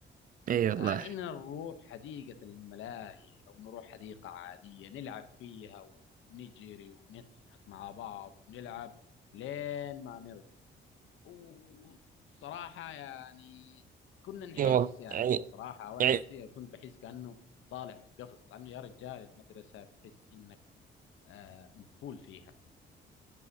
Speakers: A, on the right (about 45°); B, on the left (about 80°).
A: ايه والله
B: آه، إن نروح حديقة الملاهي أو نروح حديقة عادية نلعب فيها ونجري ونضحك مع بعض ونلعب لين ما نرجع وصراحة يعني كنا نحس
A: ايه والله
B: يعني
A: يعني
B: صراحة وأنا
A: يعني
B: شخصيا كنت بحس كأنه طالع من قفص لأنه يا رجال المدرسة بتحس إنك آه، مقفول فيها